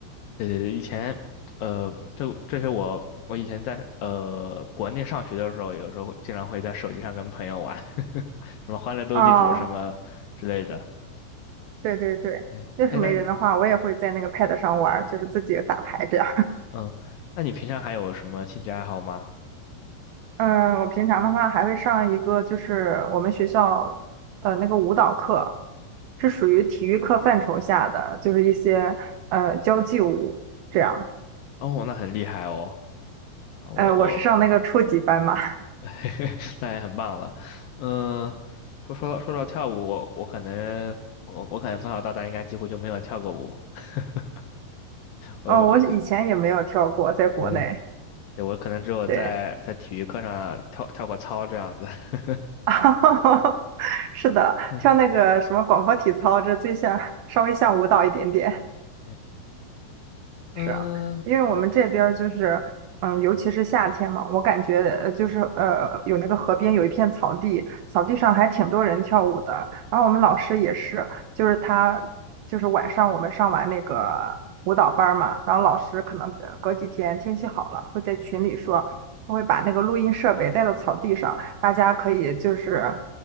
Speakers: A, on the left (about 75°); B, on the right (about 80°).
A: 对对对，以前，呃，这这些我我以前在呃国内上学的时候，有时候经常会在手机上跟朋友玩 <laughs> 什么《欢乐斗地主》什么之类的。
B: <laughs> 哦，对对对，
A: 哎哎，
B: 要是没人的话，
A: 那你
B: 我也会在那个 pad 上玩儿，就是自己打牌这样。
A: 嗯，那你平常还有什么兴趣爱好吗？
B: 嗯，我平常的话还会上一个，就是我们学校呃那个舞蹈课，是属于体育课范畴下的，就是一些呃交际舞这样。
A: 哦，那很厉害哦，啊我我
B: 呃，我是上那个初级班嘛，
A: <laughs> 那也很棒了。嗯、说说到说到跳舞，我我可能我我可能从小到大应该几乎就没有跳过舞。<laughs>
B: <laughs>
A: 我我我，
B: 哦，我以前也没有跳过，在国内，
A: 嗯。对，我可能只有在在体育课上跳跳过操这样子。
B: 对，
A: <laughs>
B: <laughs> 是的，
A: 嗯，
B: 跳那个什么广播体操，这最像稍微像舞蹈一点点。
A: 对嗯，
B: 是啊，因为我们这边儿就是，嗯，尤其是夏天嘛，我感觉呃就是呃，有那个河边有一片草地，草地上还挺多人跳舞的。然后我们老师也是，就是他就是晚上我们上完那个舞蹈班儿嘛，然后老师可能呃隔几天天气好了，会在群里说，他会把那个录音设备带到草地上，大家可以就是